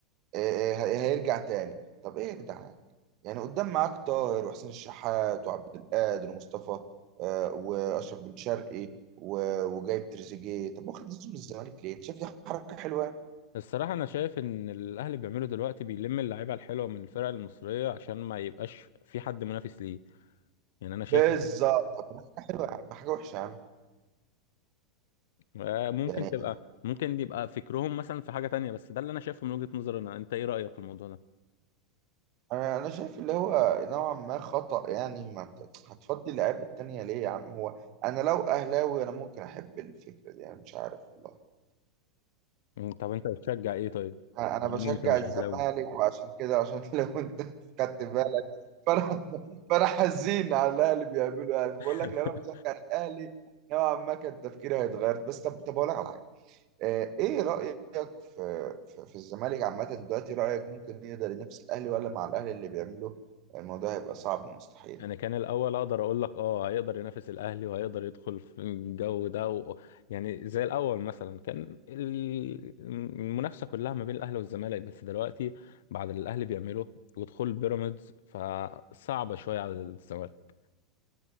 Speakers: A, on the right (about 40°); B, on the left (about 55°).
A: آه، آه، هيرجع تاني طب ايه يا جدعان يعني قدام معاك طاهر وحسين الشحات وعبد القادر ومصطفى آه، واشرف بن شرقي و- وجايب تريزيجيه طب واخد زيزو من الزمالك ليه؟ شايف دي حركه حلوه يعني؟
B: الصراحة أنا شايف إن الأهلي بيعمله دلوقتي بيلم اللعيبة الحلوة من الفرق المصرية عشان ما يبقاش في حد منافس ليه يعني أنا شايف
A: بالظبط حلوه يا عم حاجه وحشه يا عم
B: آه، ممكن
A: يعني
B: تبقى ممكن يبقى فكرهم مثلا في حاجة تانية بس ده اللي انا شايفه من وجهة نظري انا انت ايه رأيك في الموضوع ده
A: انا أنا شايف اللي هو نوعا ما خطأ يعني ما بت- هتفضي اللعيبه التانية ليه يا عم هو انا لو اهلاوي انا ممكن احب الفكره دي انا مش عارف والله
B: مم، طب انت بتشجع ايه طيب
A: انا
B: بما
A: أنا بشجع
B: ان انت مش
A: الزمالك
B: اهلاوي
A: وعشان كده عشان <laughs> لو انت خدت بالك فانا فانا حزين على الاهلي بيعملوا يعني
B: <laughs>
A: بقول لك لو انا بشجع الاهلي نوعا ما كان تفكيري هيتغير بس طب طب اقول لك على حاجه آه، ايه رايك في في في الزمالك عامه دلوقتي رايك ممكن يقدر ينافس الاهلي ولا مع الاهلي اللي بيعمله الموضوع هيبقى صعب ومستحيل
B: انا كان الاول اقدر اقول لك اه هيقدر ينافس الاهلي وهيقدر يدخل في الجو ده و... يعني زي الاول مثلا كان ال- المنافسه كلها ما بين الاهلي والزمالك بس دلوقتي بعد اللي الاهلي بيعمله ودخول بيراميدز فصعبه شويه على الزمالك